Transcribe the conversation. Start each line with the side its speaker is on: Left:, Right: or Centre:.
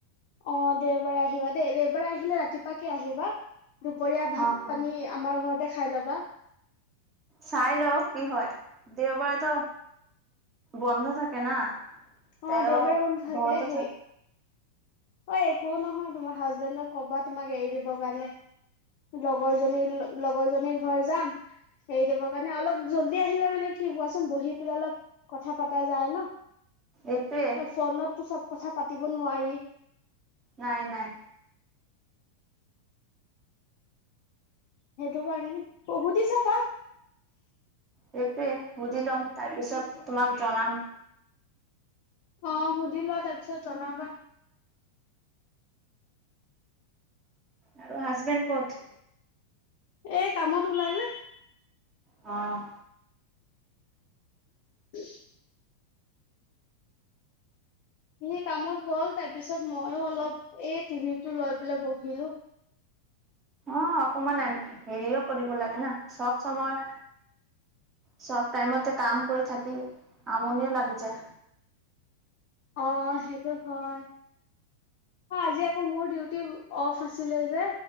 Left: অ দেওবাৰে আহিবা দেই, দেওবাৰে আহিলে ৰাতিপাকে আহিবা দুপৰীয়া ভাত
Right: অ', অ'।
Left: পানী আমাৰ ঘৰতে খাই ল'বা।
Right: চাই লও কি হয়, দেওবাৰেতো বন্ধ থাকে না। তেওঁ
Left: অ দেওবাৰে বন্ধ থাকে
Right: ঘৰতে
Left: সেই অ একো নহয় তোমাৰ হাজবেণ্ডক কবা তোমাক এৰি দিবৰ কাৰণে। লগৰজনী লগৰজনীৰ ঘৰ যাম হেৰি দিবৰ কাৰণে অলপ জল্দি আহিলে মানে কি কোৱাচোন বহি পেলাই অলপ কথা পতা যায় ন।
Right: এইটোৱে।
Left: ফোনত তো চব কথা পাতিব নোৱাৰি।
Right: নাই নাই।
Left: সেইটো কাৰণে, অ সুধিছাবা।
Right: সেইটোৱে শুধি লম, তাৰপিছত তোমাক জনাম।
Left: অঁ সুধি লোৱা তাৰ পিছত জনাবা।
Right: আৰু হাজবেণ্ড ক'ত?
Left: এই কামত ওলালে।
Right: অঁ।
Left: <inaudible> সি কামত গ'ল, তাৰ পিছত মইও অলপ এই টিভিটো লৈ পেলাই বহিলো।
Right: অঁ অকমান হেৰিও কৰিব লাগে না, চব চময় চব টাইমতে কাম কৰি থাকি আমনি লাগি যায়।
Left: অঁ সেইটো হয়। অঁ আজি আকৌ মোৰ ডিউটি অফ আছিলে যে।